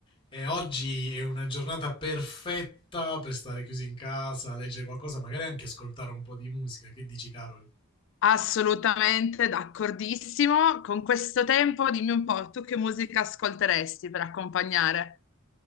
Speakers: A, on the left; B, on the left.
A: E oggi è una giornata perfetta per stare chiusi in casa, leggere qualcosa, magari anche ascoltare un po' di musica. Che dici, Carol?
B: Assolutamente d'accordissimo. Con questo tempo, dimmi un po', tu che musica ascolteresti per accompagnare?